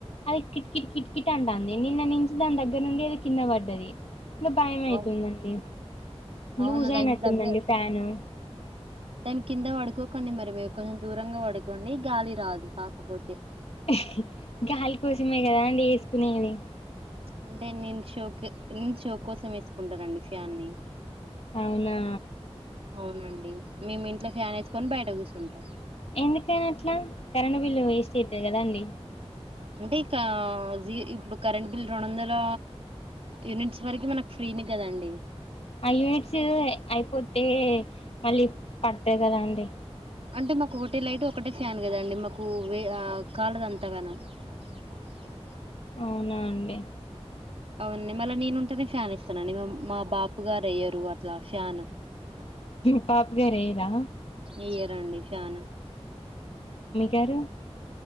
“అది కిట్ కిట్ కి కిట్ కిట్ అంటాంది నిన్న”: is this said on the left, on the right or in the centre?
Left